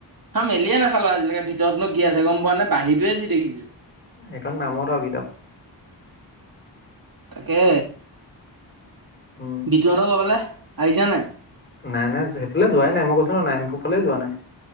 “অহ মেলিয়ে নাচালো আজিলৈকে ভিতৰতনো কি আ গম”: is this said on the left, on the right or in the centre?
Right